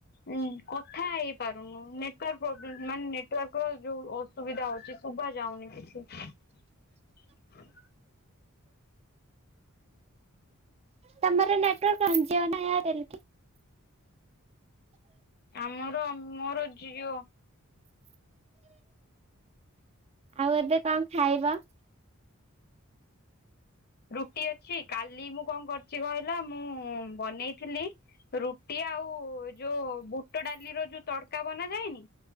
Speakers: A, on the left (about 45°); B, on the right (about 30°).
A: ଉଁ କଥା ହେଇପାରୁନୁ ନେଟୱାର୍କ ପ୍ରୋବ୍ଲେମ ମାନେ ନେଟୱାର୍କର ଯୋଉ ଓ ଅସୁବିଧା ହୋଉଚି ଶୁଭାଯାଉନି କିଛି।
B: ତମର ନେଟୱର୍କ କଣ ଜିଓ ନା ଏୟାରଟେଲ କି?
A: ଆମର ମୋର ଜିଅ।
B: ଆଉ ଏବେ କଣ ଖାଇବ?
A: ରୁଟି ଅଛି କାଲି ମୁଁ କଣ କରଚି କହିଲ ମୁଁ ବନେଇଥିଲି ରୁଟି ଆଉ ଯୋଉ ବୁଟ ଡାଲିର ଯୋଉ ତଡକା ବନାଯାଏନି